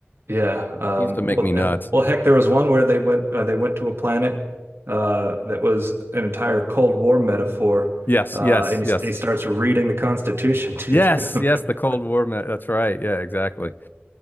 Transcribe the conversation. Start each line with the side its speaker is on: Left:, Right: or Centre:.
Right: Yeah. Um,
Left: It Used to make
Right: well,
Left: me nuts.
Right: uh, well, heck, there was one where they went uh, they went to a planet uh, that was an entire Cold War metaphor,
Left: Yes.
Right: uh,
Left: Yes.
Right: and
Left: Yes.
Right: he, he starts reading the Constitution to
Left: Yes,
Right: them.
Left: yes, the
Right: <laughs>
Left: Cold War. me- That's right. Yeah, exactly.